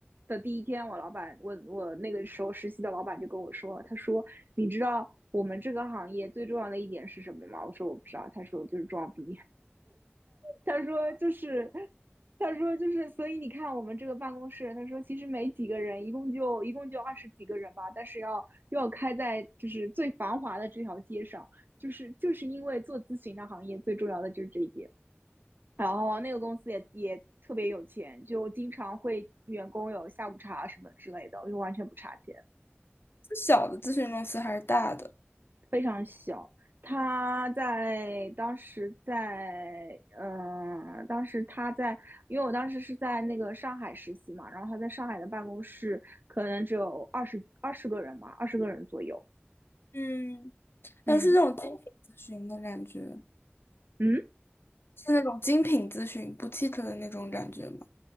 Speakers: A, on the right; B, on the left.
A: 的第一天，我老板，我我那个时候实习的老板就跟我说，他说，你知道我们这个行业最重要的一点是什么吗？我说我不知道，他说就是装逼。他说就是，他说就是，所以你看我们这个办公室，他说其实没几个人，一共就一共就二十几个人吧，但是要又要开在就是最繁华的这条街上，就是就是因为做咨询的行业最重要的就是这一点。然后那个公司也也特别有钱，就经常会员工有下午茶什么之类的，就完全不差钱。
B: 小的咨询公司还是大的，
A: 非常小。他在当时在嗯，当时他在，因为我当时是在那个上海实习嘛，然后他在上海的办公室可能只有二十二十个人吧，二十个人左右。
B: 嗯，
A: 嗯
B: 但是那种精品咨询的感觉，
A: 嗯，
B: 是那种精品咨询不 o u t i q 的那种感觉吗